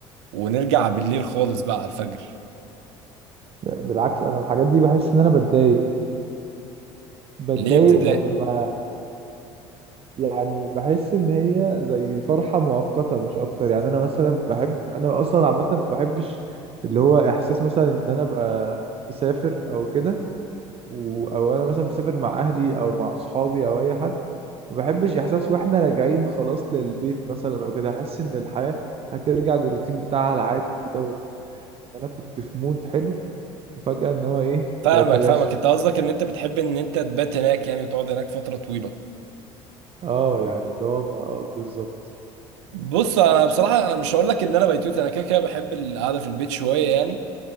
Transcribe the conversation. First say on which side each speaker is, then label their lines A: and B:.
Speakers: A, on the right; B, on the right.
A: ونرجع بالليل خالص بقى على الفجر
B: بالعكس انا الحاجات دي بحس ان انا بتضايق بتضايق
A: ليه ابتدائي
B: لما يعني بحس ان هي زي فرحه مؤقته مش اكتر يعني انا مثلا بحب انا اصلا عامه ما بحبش اللي هو احساس مثلا ان انا ابقى مسافر او كده و... او انا مثلا مسافر مع اهلي او مع اصحابي او اي حد ما بحبش احساس واحنا راجعين خلاص للبيت مثلا او كده احس ان الحياه هترجع للروتين بتاعها العادي كده وان انا كنت في مود حلو وفجاه ان هو ايه
A: فاهمك
B: بيتلاشى
A: فاهمك انت قصدك ان انت بتحب ان انت تبات هناك يعني وتقعد هناك فتره طويله
B: اه يعني اللي هو ما- آه بالظبط
A: بص انا بصراحه انا مش هقول لك ان انا بيتوت انا كده كده بحب القعده في البيت شويه يعني